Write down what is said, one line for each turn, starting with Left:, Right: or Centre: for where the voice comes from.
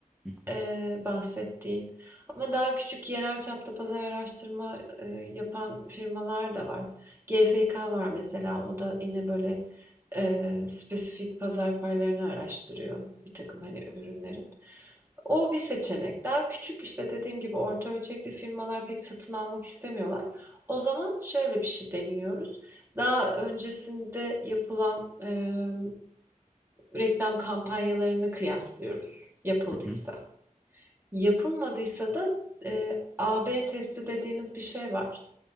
Centre: Hı, hı,
Right: eee, bahsettiğin. Ama daha küçük yerel çapta pazar araştırma eee, yapan firmalar da var. GfK var mesela. O da yine böyle eee, spesifik pazar paylarını araştırıyor bir takım hani ürünlerin. O bir seçenek. Daha küçük işte dediğim gibi orta ölçekli firmalar pek satın almak istemiyorlar. O zaman şöyle bir şey deniyoruz. Daha öncesinde yapılan eee, reklam kampanyalarını kıyaslıyoruz yapıldıysa.
Centre: hı, hı.
Right: Yapılmadıysa da e, A B testi dediğimiz bir şey var.